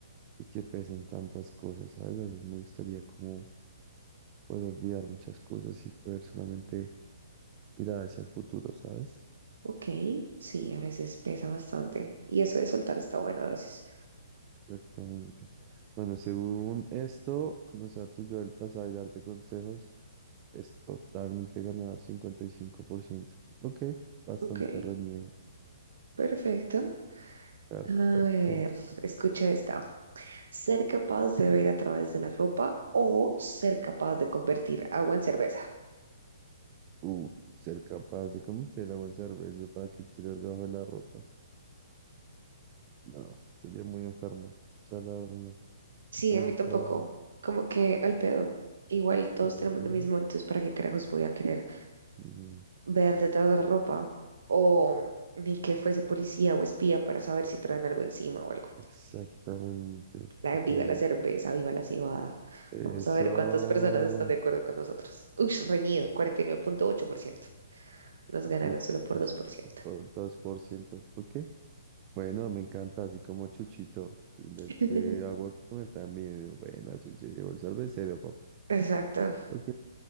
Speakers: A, on the right; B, on the right.
A: y que pesan tantas cosas, ¿sabes? A veces me gustaría como poder olvidar muchas cosas y poder solamente mirar hacia el futuro, ¿sabes?
B: ok, sí, a veces pesa bastante. Y eso de soltar está bueno a veces.
A: Exactamente. Bueno, según esto, conocer a tu yo del pasado y darte consejos es totalmente ganar cincuenta y cinco por ciento, Ok, bastante
B: Ok,
A: reñido.
B: perfecto.
A: Perfecto.
B: A ver, escucha esta. Ser capaz de ver a través de la ropa o ser capaz de convertir agua en cerveza.
A: Uh, ser capaz de convertir el agua en cerveza, ¿para que quiero ir debajo de la ropa? No, sería muy enfermo. O sea, la verdad, no.
B: Sí,
A: Para
B: a mí
A: eso
B: tampoco.
A: puedo...
B: Como que al pedo. Igual todos
A: no,
B: tenemos lo mismo, entonces ¿para qué carajos voy a querer?
A: no.
B: ver detrás de la ropa o ni que fuese policía o espía para saber si traen algo encima o algo.
A: Exactamente,
B: La,
A: totalmente.
B: viva la cerveza, viva la cebada.
A: Eso...
B: Vamos a ver cuántas personas están de acuerdo con nosotros. Ush, reñido, cuarenta y nueve punto ocho por ciento. Nos ganaron
A: Uf,
B: solo por
A: pues
B: dos por ciento.
A: por dos por ciento, Ok, Bueno, me encanta, así como Chuchito. En vez
B: <laughs>
A: de agua comer también. Bueno, yo ya llevo el cervecero, papá.
B: Exacto.
A: Ok.